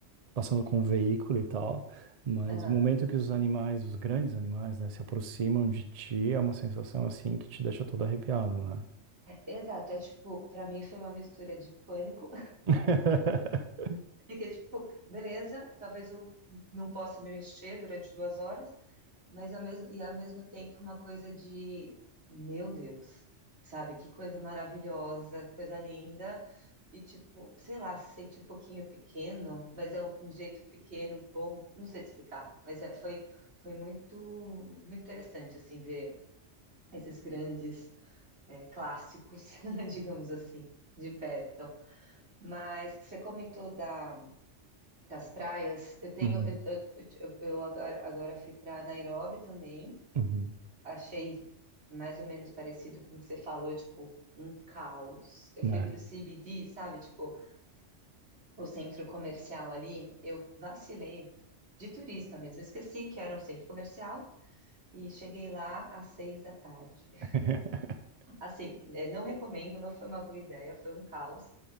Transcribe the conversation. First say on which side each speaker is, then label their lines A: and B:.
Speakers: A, on the right (about 40°); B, on the right (about 60°).
A: passando com o veículo e tal, mas
B: Aham.
A: no momento que os animais, os grandes animais, né, se aproximam de ti, é uma sensação assim que te deixa todo arrepiado, né?
B: Exato, é tipo, para mim foi uma mistura de pânico,
A: <laughs>
B: <laughs> porque, tipo, beleza, talvez eu não possa me mexer durante duas horas, Mas ao mesmo, e ao mesmo tempo uma coisa de, meu Deus, sabe? Que coisa maravilhosa, que coisa linda. E tipo, sei lá, se sente um pouquinho pequeno, mas é um, um jeito pequeno, bom, não sei te explicar, mas é- foi, foi muito, muito interessante, assim, ver esses grandes é, clássicos, <laughs> digamos assim, de perto. Mas você comentou da, das praias, eu tenho,
A: Uhum,
B: eu, eu, fui- eu eu agora, agora fui para Nairobi também,
A: uhum,
B: achei mais ou menos parecido com o que você falou, tipo, um caos. Eu
A: né?
B: fui pro CBD, sabe? Tipo, o centro comercial ali, eu vacilei de turista mesmo, esqueci que era um centro comercial e cheguei lá às seis da tarde. <laughs>
A: <laughs>
B: Assim, eh, não recomendo, não foi uma boa ideia, foi um caos,